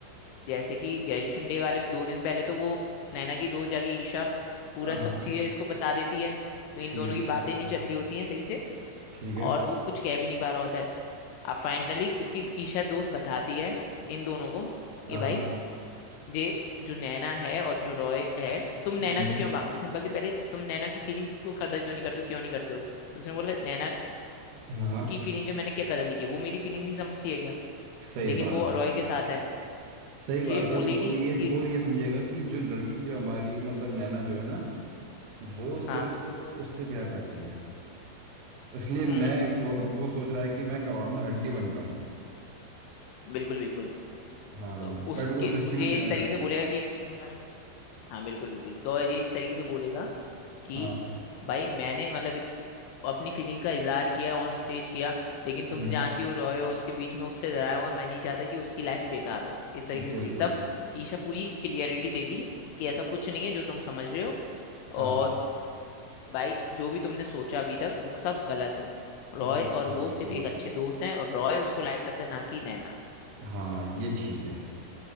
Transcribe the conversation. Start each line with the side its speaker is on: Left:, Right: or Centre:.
Left: जैसे कि ग्रेजुएशन डे वाले दो दिन पहले तो वो नैना की दोस्त जाके ईशा पूरा
Right: हाँ
Left: सब चीजें इसको बता देती है तो
Right: ठीक
Left: इन दोनों की
Right: है
Left: बातें
Right: ठीक
Left: नहीं
Right: है
Left: चल रही होती हैं सही से
Right: ठीक है
Left: और वो कुछ कह भी नहीं पा रहा होता है अब फाइनली इसकी ईशा दोस्त बताती है इन दोनों को कि
Right: हाँ
Left: भाई ये जो नैना है और जो रॉय है तुम नैना
Right: हम्म
Left: से क्यों भागते हो सिंपल सी पहले तुम नैना की फीलिंग को कदर क्यों नहीं करते हो क्यों नहीं करते हो तो उसने बोला नैना
Right: हाँ
Left: की फीलिंग है मैंने क्या कदर नहीं की वो मेरी फीलिंग नहीं समझती है क्या
Right: सही
Left: लेकिन
Right: बात
Left: वो
Right: है
Left: रॉय के साथ है
Right: सही बात
Left: ये
Right: है
Left: बोलेगी
Right: वो ये
Left: कि
Right: वो ये समझेगा कि जो लड़की जो हमारी मतलब नैना जो है ना वो
Left: हाँ
Right: सिर्फ उससे प्यार करती है इसलिए
Left: हम्म
Right: मैं
Left: हम्म
Right: बोल रहा- वो सोच रहा है कि मैं कबाब में हड्डी बन रहा हूँ
Left: बिल्कुल बिल्कुल
Right: हाँ
Left: तो उसके
Right: बट वो सच्ची
Left: ये
Right: में प्यार
Left: इस तरीके
Right: करता
Left: से बोलेगा
Right: है उससे
Left: कि मैं- हाँ बिल्कुल बिल्कुल तो ये इस तरीके से बोलेगा कि
Right: हाँ
Left: भाई मैंने मतलब इत- अपनी फीलिंग का इजहार किया ऑन स्टेज किया लेकिन
Right: हम्म
Left: तुम जानती हो रॉय हो उसके बीच में उससे डराया होगा मैं नहीं चाहता कि उसकी लाइफ बेकार हो इस तरीके से
Right: बिल्कुल
Left: बोलेगी तब ईशा पूरी क्लियरिटी देगी कि ऐसा कुछ नहीं है जो तुम समझ रहे हो
Right: हाँ
Left: और भाई जो भी तुमने सोचा अभी तक वो सब गलत है रॉय
Right: बिल्कुल
Left: और वो
Right: बिल्कुल
Left: सिर्फ एक अच्छे दोस्त हैं और रॉय उसको लाइक करता है ना कि नैना
Right: हाँ ये ठीक है